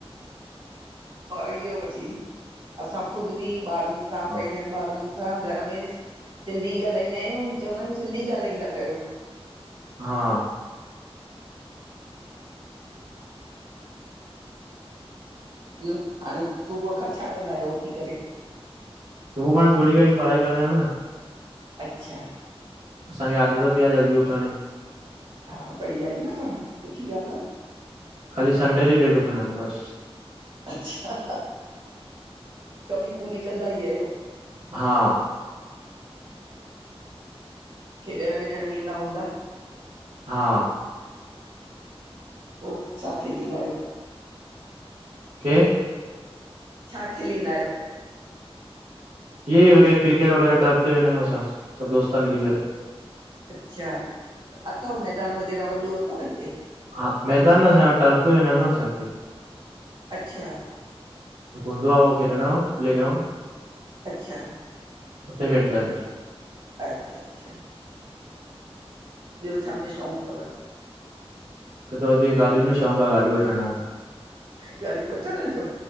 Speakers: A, on the right (about 50°); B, on the right (about 70°).
A: इहोई <unintelligible> असां ख़ुदि बि ॿारनि सां,
B: हा
A: पंहिंजनि ॿारनि असां घर में सिंधी ॻाल्हाईंदा आहियूं, ऐं चवंदा आहियूं सिंधी ॻाल्हाईंदा कयों।
B: हा
A: ॿियो हाणे, सुबुह खां छा कंदा आहियों उथी करे?
B: सुबुह खनि थोरी घणी पढ़ाई कंदा आहियूं न।
A: अच्छा!
B: असांखे आदत बि आहे, जल्दी उथण जी।
A: हा बढ़िया आहे न पाण, सुठी ॻाल्हि आ।
B: खाली संडे ॾिहुं लेट उठिंदा आहियूं बस।
A: अच्छा! कमी पूरी कंदा ई आहियों।
B: हा
A: खेॾण वेॾण वेंंदा हूंदा?
B: हा
A: पोइ छा खेॾींदां आहियो?
B: खेॾ
A: छा खेलींदा आहियो?
B: इएं वगैरह क्रिकेट वगैरह टेप ते वेंदा आहियूं असां सभु दोस्त मिली करे।
A: अच्छा, अथव मैदान वग़ैरह वॾो अथव हिते?
B: हा मैदान असां टर्फ ते वेदां आहियू कहां हितेश।
A: अच्छा
B: हिते हूंदा आहे खेॾण जो प्लेग्राउंड।
A: अच्छा सही
B: हुते खेॾंदा आहियूं
A: अच्छा अच्छा अच्छा। ॿियो छा में शौंक़ु तव?
B: त वधीक गाॾियुनि में शौक़ु आहे गाॾियूं वठण जो <unintelligible>
A: गाॾी वठण जो